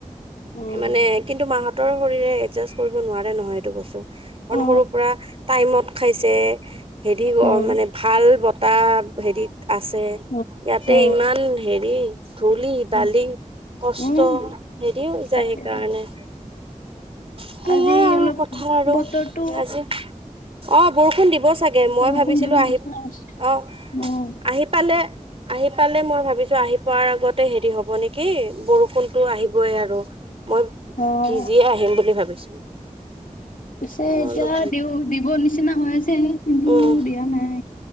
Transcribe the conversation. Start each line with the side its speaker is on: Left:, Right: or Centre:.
Left: উম
Right: মানে কিন্তু মাহতৰ শৰীৰে এডজাষ্ট কৰিব নোৱাৰে নহয় এইটো বস্তু। অকণ
Left: অ
Right: সৰুৰ পৰা টাইমত খাইছে হেৰি
Left: উম
Right: মানে ভাল বতাহ হেৰিত আছে ইয়াতে
Left: উম উম
Right: ইমান হেৰি থোলী দালি
Left: উম
Right: কষ্ট
Left: উম
Right: হেৰিও যায়
Left: তাকেইতো
Right: সেইকাৰণে। সেইয়াই
Left: আজি
Right: আৰু
Left: অলপ
Right: কথা আৰু
Left: বতৰটো
Right: আজি অ বৰষুণ দিব চাগে মই
Left: বৰষুণ
Right: ভাবিছিলো
Left: দিব
Right: আহি
Left: নিচিনা হৈছে
Right: অ
Left: উম
Right: আহি পালে আহি পালে মই ভাবিছো আহি পোৱাৰ আগতে হেৰি হব নেকি বৰষুণতো আহিবই আৰু মই
Left: অ
Right: ভিজিয়ে আহিম বুলি ভাবিছো
Left: পিছে
Right: মই
Left: এতিয়া
Right: অলপ
Left: দিও দিব নিচিনা হৈ আছে কিন্তু
Right: উম
Left: দিয়া নাই